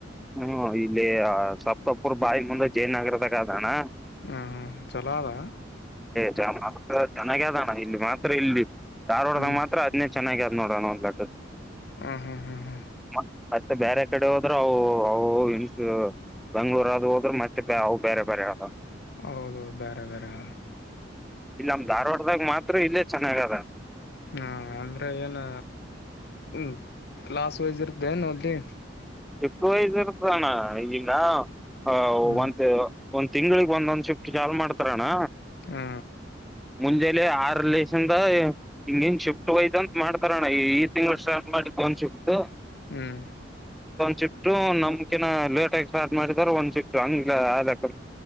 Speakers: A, in the centre; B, on the left.
A: ಹ್ಮ ಇಲ್ಲಿ ಅ ಸಪ್ತಪ್ಪುರ್ ಬಾಯಿ ಮುಂದ ಜಯನಗರದಾಗ ಅದಣ್ಣ.
B: ಹ್ಮ್ ಹ್ಮ್ ಚಲೋ ಅದಾ.
A: ಚ ಮಸ್ತ್ ಚೆನ್ನಾಗೆದಣ ಇಲ್ಲಿ ಮಾತ್ರ ಇಲ್ಲಿ ದಾರವಾಡದಾಗ
B: ಹ್ಮ್
A: ಮಾತ್ರ ಅದ್ನೆ ಚ ಚೆನ್ನಾಗ ಅದ್ ನೋಡಣ ಒಂದ್ ಲಿಕ್ಕಕ
B: ಹ್ಮ್ ಹ್ಮ್ ಹ್ಮ್ ಹ್ಮ್
A: ಮತ್ತ ಅತ್ತ ಬ್ಯಾರೆ ಕಡೆ ಹೋದ್ರ ಅವು ಅವು ಇನ್ಸ ಬೆಂಗ್ಳೂರ್ ಅದು ಹೋದುರ್ ಮತ್ತೆ ಅವು ಬ್ಯಾರೆ ಬ್ಯಾರೆ ಆತವ್ ಹೊ
B: ಹೌದೌದು ಬ್ಯಾರೆ ಬ್ಯಾರೆ.
A: ಇಲ್ಲ ನಮ್ ಧಾರವಾಡದಾಗ ಮಾತ್ರ ಇಲ್ಲೇ ಚೆನ್ನಾಗದ.
B: ಹ ಅಂದ್ರೆ ಏನ್ ಹ್ಮ್ ಕ್ಲಾಸ್ ವೈಸ್ ಇರತದೆನ್ ಓನ್ಲಿ.
A: ಶಿಫ್ಟ್ ವೈಸ್ ಇರದಣ್ಣ ಈಗಾ ಅ
B: ಹ್ಮ್
A: ಒಂದ್ ಒಂದ್ ತಿಂಗಳಿಗ್ ಒಂದೊಂದ್ ಶಿಫ್ಟ್ ಚಾಲೂ ಮಾಡ್ತಾರಣ್ಣ.
B: ಹಾ
A: ಮುಂಜೆಲಿ ಆರ್ ಲೆಸಿಂದ ಹಿಂಗಿಂಗ್ ಶಿಫ್ಟ್ ಹೊತಂತ ಮಾಡ್ತಾರ ಅನ್ ಈ ತಿಂಗಳ ಸ್ಟಾರ್ಟ್ ಮಾಡಿದ್ ಒಂದ್ ಶಿಫ್ಟ್.
B: ಹ್ಮ್
A: ಶಿಫ್ಟ್ ನಮ್ಕಿನ ಲೇಟ್ ಆಗಿ ಸ್ಟಾಟ್ ಮಾಡಿದಾರ ಒಂದ್ ಶಿಫ್ಟ್ ಹಂಗ್ ಅದ